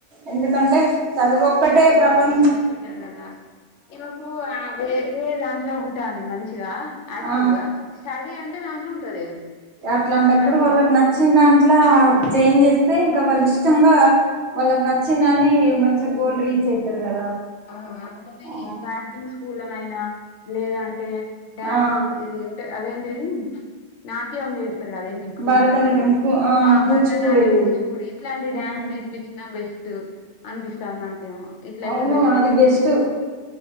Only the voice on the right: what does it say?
ఎందుకంటే చదువు ఒక్కటే ప్రపం
ఆ
అట్లాంటప్పుడు
వాళ్ళకి నచ్చిన దాంట్లా జైన్ చేస్తే ఇంకా వాళ్ళ ఇష్టంగా వాళ్ళకి నచ్చిన దాన్ని మం గోల్ రీచ్ అయితారు కదా
ఆ
ఆ
భరతనాట్యం
కు ఆ
కూచిపూడి
ఉమ్
అవును
అది బెస్టు